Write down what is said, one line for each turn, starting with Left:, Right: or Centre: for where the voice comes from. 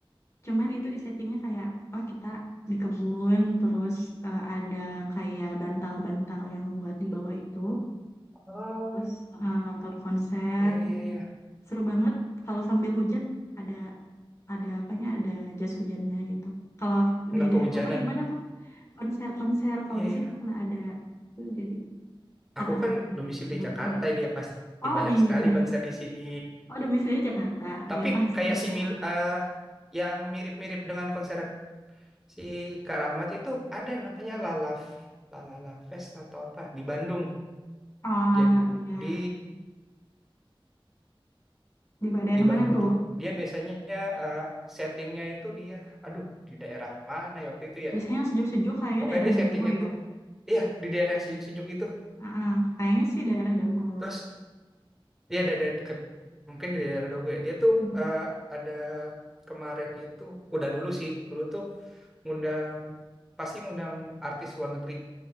Left: Cuman itu di settingnya kayak, oh kita di kebun, terus eh, ada kayak bantal-bantal yang buat di bawah itu,
Centre: Oh,
Left: terus eh, nonton konser.
Centre: iya, iya, iya.
Left: seru banget kalau sambil hujan ada ada apanya ada jas hujannya gitu kalau
Centre: Nggak
Left: di daerah
Centre: kehujanan
Left: kakak gimana
Centre: ya.
Left: tuh konser-konser kalau
Centre: Iya,
Left: di
Centre: iya.
Left: sini karena ada tuh jadi karena
Centre: Aku kan
Left: ada
Centre: domisili
Left: kebun
Centre: Jakarta
Left: raya
Centre: ini ya pasti
Left: oh
Centre: banyak
Left: iya
Centre: sekali konser di sini.
Left: oh domisili Jakarta
Centre: Tapi
Left: ya pasti
Centre: kayak
Left: lah
Centre: si mil eh, yang mirip-mirip dengan konser si Kak Rahmat itu ada namanya Lalaf, Lalala Fest atau apa di Bandung.
Left: oh
Centre: Jadi
Left: iya di daerah
Centre: di
Left: mana
Centre: Bandung
Left: tuh
Centre: tuh dia biasanya eh, settingnya itu dia, aduh di daerah mana ya waktu itu
Left: biasanya
Centre: ya.
Left: yang sejuk-sejuk kayaknya
Centre: Pokoknya
Left: daerah
Centre: dia
Left: Dago
Centre: settingnya
Left: ya
Centre: tuh, iya di daerah yang sejuk-sejuk itu.
Left: Ah, ah. kayaknya sih daerah Dago
Centre: Terus dia ada, ada ke- mungkin di daerah Dogo ya. Dia tuh
Left: Mm.
Centre: eh, ada kemarin itu, udah dulu sih, dulu tuh ngundang pasti ngundang artis luar negeri